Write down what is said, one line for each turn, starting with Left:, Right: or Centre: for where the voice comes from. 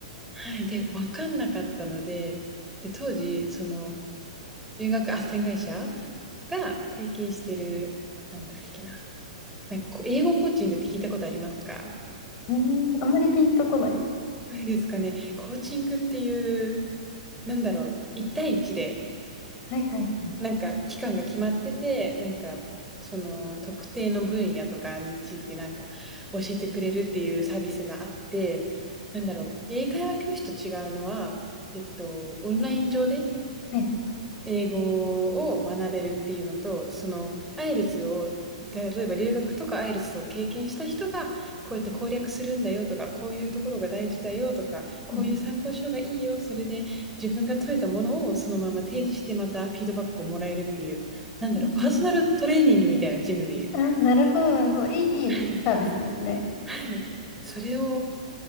Centre: はい。で、わかんなかったので、で、当時、その、留学斡旋会社が提携してる、なんだっけな。なんかこう英語コーチングって聞いたことありますか
Left: うーん、あんまりピンとこない。
Centre: ないですかね。コーチングっていう、なんだろう、1対1で、
Left: はいはい
Centre: なんか期間が決まってて、なんか、その特定の分野とかについてなんか教えてくれるっていうサービスがあって、なんだろう、英会話教師と違うのは、えっと、オンライン上で
Left: はい。はい。
Centre: 英語を学べるっていうのと、その、アイエルズを、例えば留学とかアイエルズを経験した人が、こうやって攻略するんだよとか、こういうところが大事だよとか、こういう参考書がいいよ、
Left: うん
Centre: それで自分が解いたものをそのまま提示してまたフィードバックをもらえるっていう、なんだろう、
Left: うん
Centre: パーソナルトレーニングみたいなジムでいう。
Left: あ、<laughs> なるほど、なるほど。いい、
Centre: はい、
Left: いいサービスですね。
Centre: はい。それを